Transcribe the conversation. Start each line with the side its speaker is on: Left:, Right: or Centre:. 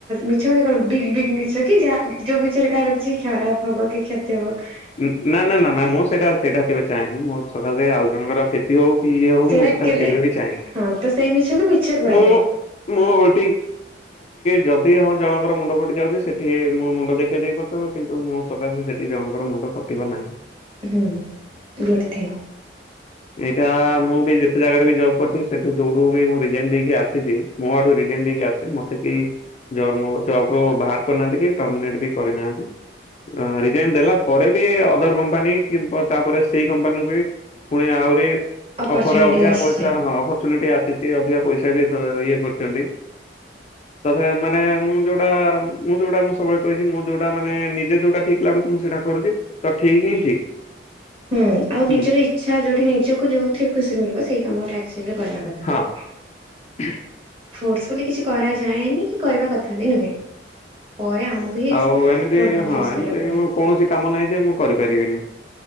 Right: ମିଛ ମାନେ କଣ ବିଗ୍ ବିଗ ମିଛ କି ଯା ଯୋଉମିଛ। ସେଠି କାହାର କିଛି ଖରାପ ହବ କି କ୍ଷ <unintelligible>
Left: ନା ନା ନା ନା ମୁଁ ସେଇଟା ସେଇଟା କେବେ ଚାହେଁନି ମୁଁ ସକାଶେ ଆଉ ଜଣଙ୍କର କ୍ଷତି ହଉ କି ଇଏ ହଉ
Right: ସେଇଟା
Left: ମୁଁ
Right: କେବେ
Left: ବି ଚାହେଁନି
Right: ହଁ ତ ସେଇ ମିଛକୁ ମିଛ କୁହା
Left: ମୁଁ ମୁଁ <unintelligible> ଯଦି ହ ଜଣଙ୍କର ମୁଣ୍ଡ କଟି ଯାଉଛି ସେଠି ମୋ ମୁଣ୍ଡ ଦେଖେଇ ଦେବି ପଛେକେ କିନ୍ତୁ ମୁଁ ସକାଶେ ସେଠି ଜଣଙ୍କର ମୁଣ୍ଡ କଟିବ ନାହିଁ।
Right: ହୁଁ ଗୁଡ୍ ଥିଙ୍ଗ
Left: ଏଇଟା ମୁଁ ବି ଯେତେ ଜାଗାରେ ବି ଜବ୍ କରିଛି ସେଠୁ ଯୋଉଠୁ ବି ମୁଁ ରିଜାଇନ୍ ଦେଇକି ଆସିଛି ମୋ ଆଡୁ ରିଜାଇନ୍ ଦେଇକି ଆସିଛି ମତେକେହି ଜର୍ମରୁ ଜବ ବାହାର କରିନାହାନ୍ତି କି ଟର୍ମିନେଟ ବି କରିନାହାନ୍ତି ରିଜାଇନ ଦେଲା ପରେ ବି ଅଦର କମ୍ପାନୀ କିମ୍ବା ତାପରେ ସେଇ କମ୍ପାନୀରୁ ବି ପୁଣି ଆହୁରି
Right: ଅପରଚୁନିଟି
Left: ଅଫରରେ ଅଧିକା
Right: ଆସିଛି।
Left: ପଇସା ହଁ ଅପରଚୁନିଟି ଆସିଛି ଅଧିକା ପଇସା ବି ଇଏ କରିଛନ୍ତି। ତଥା ମାନେ ମୁଁ ଯୋଉଟା ମୁଁ ଯୋଉଟା ମୁଁ ସବୁବେଳେ କହିଛି ମୁଁ ଯୋଉଟା ମାନେ ନିଜେ ଯୋଉଟା ଠିକ। ଲାଗୁଚିମୁଁ ସେଇଟା କରୁଛି। ତ ଠିକ
Right: ହୁଁଠିକି
Left: ହିଁ ଠିକ
Right: ଆଉ ନିଜର
Left: ହୁଁ
Right: ଇଛା ଯୋଉଠି ନିଜକୁ ଯୋଉଥିରେ ଖୁସି ମିଳିବ ସେଇ କାମ ଟା ଆକ୍ଚୁଆଲି କରିବା କଥାଥଠିକି।
Left: ହଁ <inaudible>
Right: ଫୋର୍ସଫୁଲି କିଛି କରାଯାଏନି କି କରିବା କଥା ବି ନୁହେଁ ପରେ ଆମକୁ ହିଁ
Left: ଆଉ ଏମିତି
Right: ପ୍ରୋବ୍ଲେମ
Left: ହଁ,
Right: ଫେସ୍
Left: ଏମିତି
Right: କରିବାକୁ ପଡେ।
Left: ମୁଁ କୌଣସି କାମ ନାହିଁ ଯେ ମୁଁ କରିପାରିବିନି।